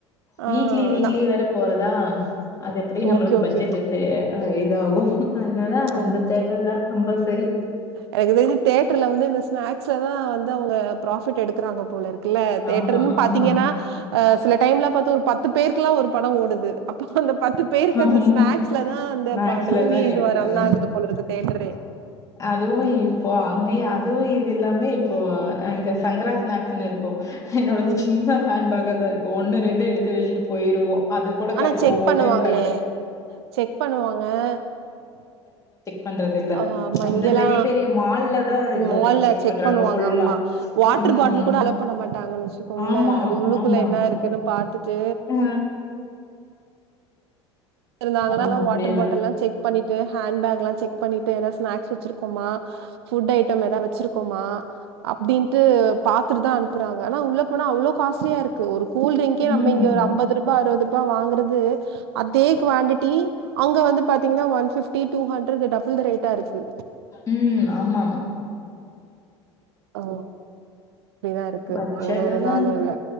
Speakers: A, on the left; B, on the right.
A: வீக்லி
B: ஆ
A: வீக்லி
B: நா
A: வேற போறதா அது எப்டி நம்ளுக்கு
B: ஓகே
A: பட்ஜெட்
B: ஓகே
A: அ அ இதாகு அதனால அந்த
B: ஓ
A: தேட்டர்தா கம்பல்சரி
B: எனக்கு தெரிஞ்சு தேட்டர்ல வந்து இந்த ஸ்நாக்ஸ்லதா வந்து அவுங்க ப்ராஃபிட் எடுக்குறாங்க போலருக் இல்ல தேட்டர்ன்னு
A: ஆமா ஆமா
B: பாத்திங்கன்னா அ சில டைம்ல பாத்தா ஒரு பத்து பேருக்குல்லா ஒரு படோ ஓடுது அப்போ அந்த பத்து பேருக்கு
A: ஆமா
B: அந்த ஸ்நாக்ஸ்லதா அந்த
A: மேக்ஸ்ல
B: ழ மூவி
A: தா எடுக்கறே
B: இதுவே ரன் ஆகுது போலருக்கு தேட்டரே
A: அதுவு இப்போ அங்கயு அதுவு இது இல்லாமே இப்போ இங்க சங்கரா ஸ்நாக்ஸ்ன்னுருக்கு என்னோடது
B: ம்
A: சிந்தா ஹேன்பேகாதா இருக்கு ஒண்ணு ரெண்டு எடுத்து வச்சுட்டு பொயிருவோ அது கூட
B: ஆனா
A: கட்
B: செக்
A: ஒவ்வொரு
B: பண்ணுவாங்களே
A: டைம் கட்
B: செக் பண்ணுவாங்க
A: பண்றது இல்ல
B: ஆமா
A: அந்த
B: இங்கெல்லா
A: பெரிய பெரிய மால்ல தா இதுல
B: மால்ல
A: செக் பண்றாங்க
B: பண்ணுவாங்க
A: ஃபுல்லா
B: அம்மா வாட்டர்
A: ம்
B: பாட்டில் கூட அலோ பண்ண மாட்டாங்கன்னு வச்சுக்கோங்களே
A: ஆமா
B: அது உள்ளுக்குள்ள
A: ஆமா
B: என்ன இருக்குன்னு பாத்துட்டு
A: அ
B: இருந்தாங்கன்னா
A: ஆமா,
B: எல்லா
A: அப்படியெல்லாம்.
B: வாட்டர் பாட்டில்லா செக் பண்ணிட்டு ஹேண்ட் பேக் எல்லா செக் பண்ணிட்டு ஏதா ஸ்நாக்ஸ் வச்சிருக்கோமா ஃபுட்டு ஐட்டம் எதா வச்சிருக்கோமா அப்டின்னுட்டு பாத்துட்டுதா அனுப்புறாங்க ஆனா உள்ள போனா அவ்ளோ காஸ்ஸ்லியாருக் ஒரு கூல்ட்ரிக்கே
A: ம்.
B: நம்ம இங்க ஒரு அம்பது ருபா அறுவது ருபா வாங்குறது அ தே குவான்டிட்டி அங்க வந்து பாத்திங்ன்னா one fifty two hundred double தே ரேட்டா இருக்கு
A: ம் ஆமா
B: ஓ அப்டிதா இருக்கு
A: பட்ஜெட்டு
B: ஒரு ஒரு
A: தான்
B: நாளு
A: இப்போ.
B: இல்ல